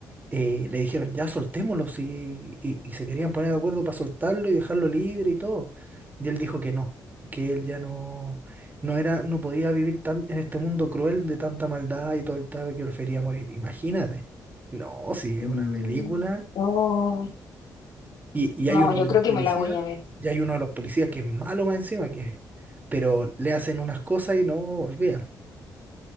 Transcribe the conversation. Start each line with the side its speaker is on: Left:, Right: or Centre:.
Right: eh, le dijeron, ya soltémoslo, sí, y, y se querían poner de acuerdo para soltarlo y dejarlo libre y todo. Y él dijo que no, que él ya no, no era, no podía vivir tan, en este mundo cruel de tanta maldad y todo el tal, que prefería morir. Imagínate. No, sí,
Left: Mm.
Right: es una película.
Left: Oh,
Right: Y, y
Left: no,
Right: hay uno
Left: yo
Right: de
Left: creo
Right: los policías,
Left: que me la voy a ver.
Right: y hay uno de los policías que es malo más encima, que, pero le hacen unas cosas y no olvidan.